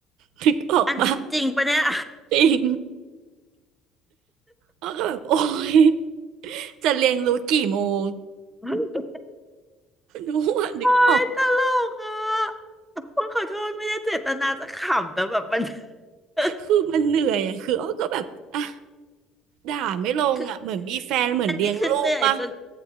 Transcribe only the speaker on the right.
<laughs> ถึงออกป่ะ
จริงอ้อก็แบบโอ้ยจะเรียนรู้กี่โมง
รู้ว่านึกออก
คือมันเหนื่อยอ่ะคืออ้อก็แบบอ่ะด่าไม่ลงอ่ะเหมือนมีแฟนเหมือนเลี้ยงลูกปะ